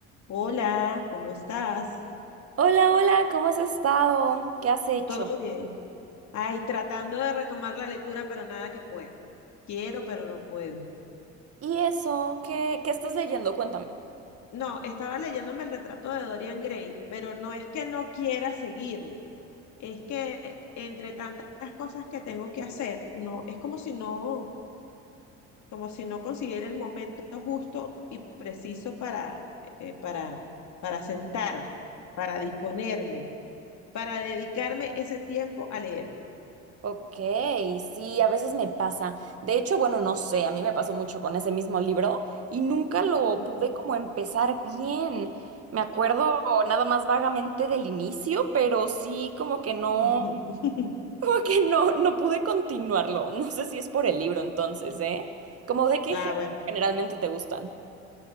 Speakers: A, on the left (about 55°); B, on the right (about 40°).
A: Hola, ¿cómo estás?
B: Hola, hola, ¿cómo has estado? ¿Qué has hecho?
A: ¿Todo bien? Ay, tratando de retomar la lectura, pero nada que puedo. Quiero, pero no puedo.
B: ¿Y eso? ¿Qué, qué estás leyendo? Cuéntame.
A: No, estaba leyéndome el retrato de Dorian Gray, pero no es que no quiera seguirlo. Es que entre tantas cosas que tengo que hacer, no, es como si no, como si no consiguiera el momento justo y preciso para, eh, para, para sentarme, para disponerme, para dedicarme ese tiempo a leer.
B: Ok, sí, a veces me pasa. De hecho, bueno, no sé, a mí me pasó mucho con ese mismo libro y nunca lo
A: Ujú,
B: pude como empezar bien. Me acuerdo nada más vagamente del inicio, pero sí como que no,
A: <laughs>
B: <laughs> como que no, no pude continuarlo. No sé si es por el libro entonces, ¿eh? ¿Como de qué
A: Ah,
B: género
A: bueno.
B: generalmente te gustan?